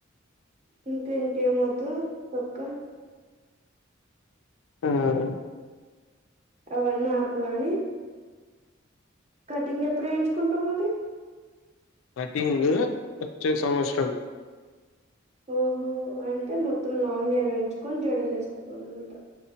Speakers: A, on the right; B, on the left.
A: ఇంతే ఏం మొద్దు తొక్క
B: మ్మ్
A: అవన్నీ ఆపు గాని కటింగ్ ఎప్పుడు ఏయించుకుంటవ్ మరి
B: కటింగూ వచ్చే సంవత్సరం
A: ఓహో అంటే మొత్తం లాంగ్ హేర్ ఉంచుకొన్ జడ అల్లెస్కుటవ్ అన్మాట